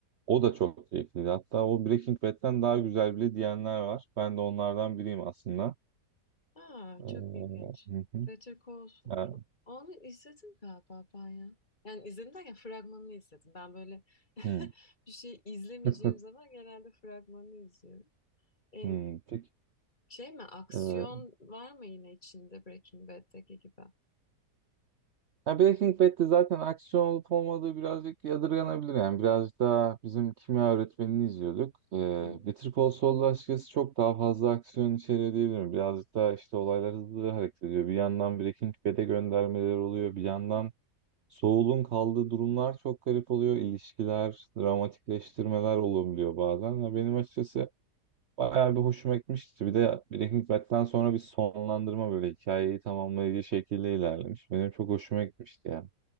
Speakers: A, on the right; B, on the left.
A: O da çok keyifliydi. Hatta o Breaking Bad'den daha güzel bile diyenler var. Ben de onlardan biriyim aslında.
B: Aa,
A: Ee,
B: çok ilginç.
A: hı hı.
B: Better Call Saul-
A: Ha,
B: Onu izledim galiba ben ya. Yani izledim derken fragmanını izledim. Ben böyle <laughs>
A: hı.
B: bir şey izlemeyeceğim
A: <laughs>
B: zaman genelde fragmanını izliyorum. E,
A: Hmm, peki.
B: şey mi aksiyon
A: E,
B: var mı yine içinde Breaking Bad'deki gibi?
A: Ya Breaking Bad'de zaten aksiyon olup olmadığı birazcık yadırganabilir yani. Birazcık daha bizim kimya öğretmenini izliyorduk. Ee,
B: Hı.
A: Better Call Saul'da açıkçası çok daha fazla aksiyon içeriyor diyebilirim. Birazcık daha işte olaylar hızlı hareket ediyor. Bir yandan Breaking Bad'e göndermeler oluyor. Bir yandan Saul'un kaldığı durumlar çok garip oluyor. İlişkiler, dramatikleştirmeler olabiliyor bazen. Ya benim açıkçası bayağı bir hoşuma gitmişti. Bir de Breaking Bad'den sonra bir sonlandırma böyle hikayeyi tamamlayıcı şekilde ilerlemiş. Benim çok hoşuma gitmişti ya.